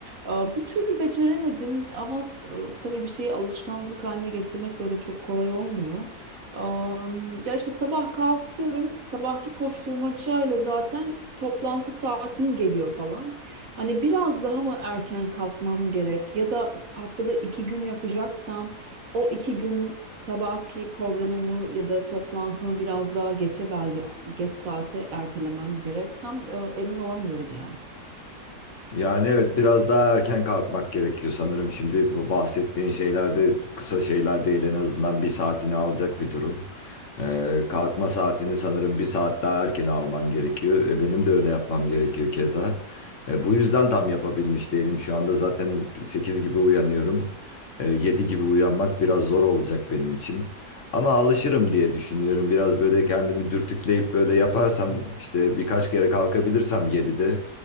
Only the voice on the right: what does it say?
Aa, bir türlü beceremedim ama e, tabii bir şeyi alışkanlık haline getirmek de öyle çok kolay olmuyor. Aa, ya işte sabah kalkıyorum, sabahki koşturmacayla zaten toplantı saatim geliyor falan. Hani biraz daha mı erken kalkmam gerek ya da haftada iki gün yapacaksam o iki gün sabahki programımı ya da toplantımı biraz daha geçe belki geç saate ertelemem gerek. Tam e, emin olamıyorum ya.